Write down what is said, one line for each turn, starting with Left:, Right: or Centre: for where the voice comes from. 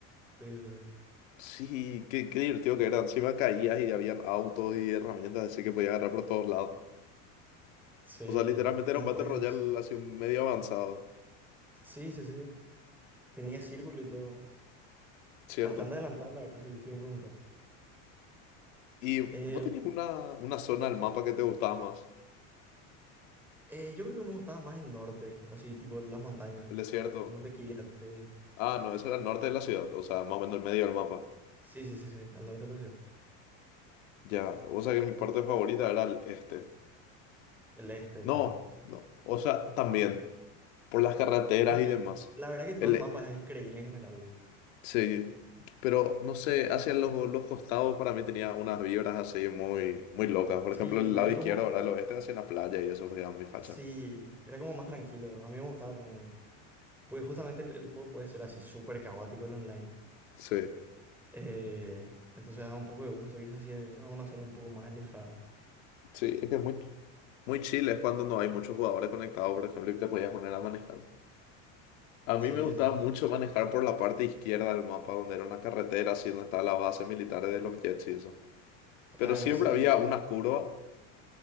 Centre: Sí, sí, sí.
Left: Sí, qué, qué divertido que era. Encima caías y habían autos y herramientas, así que podías agarrar por todos lados.
Centre: Sí,
Left: O sea, literalmente
Centre: y
Left: era
Centre: después...
Left: un Battle Royale así medio avanzado,
Centre: Sí, sí, sí. Tenía círculo y todo.
Left: ¿cierto?
Centre: Bastante adelantado, la verdad, si, si me preguntas.
Left: Y
Centre: Eh,
Left: vos tenías una, una zona del mapa que te gustaba más,
Centre: eh, yo creo que me gustaba más el norte, así, tipo las montañas.
Left: el desierto.
Centre: Monte Kiliat, sí.
Left: Ah, no, eso era el norte de la ciudad, o sea, más o menos el medio del mapa.
Centre: Sí, sí, sí, sí, al norte de la ciudad.
Left: Ya, o sea que mi parte favorita era el este.
Centre: El este,
Left: No,
Centre: tal.
Left: no, o sea, también. por las carreteras
Centre: Y el-
Left: y
Centre: el-
Left: demás.
Centre: la verdad que todo
Left: El,
Centre: el mapa es increíble en general.
Left: sí, pero no sé, hacia los, los costados para mí tenía unas vibras así muy, muy locas. Por
Centre: Sí,
Left: ejemplo, el lado
Centre: era
Left: izquierdo,
Centre: como,
Left: ahora el oeste, hacia la playa y eso queda muy facha.
Centre: sí, era como más tranquilo. A mí me gustaba también. Porque justamente el, el juego puede ser así, súper caótico el online.
Left: Sí,
Centre: Eh, entonces da un poco de gusto irse así a a una zona un poco más alejada.
Left: sí, es que es muy, muy chile, es cuando no hay muchos jugadores conectados, por ejemplo, y te podías poner a manejar. A
Centre: Sí,
Left: mí me gustaba
Centre: sí, sí.
Left: mucho manejar por la parte izquierda del mapa, donde era una carretera, así donde estaban las bases militares de los jets y eso.
Centre: Claro,
Left: Pero siempre
Centre: sí.
Left: había una curva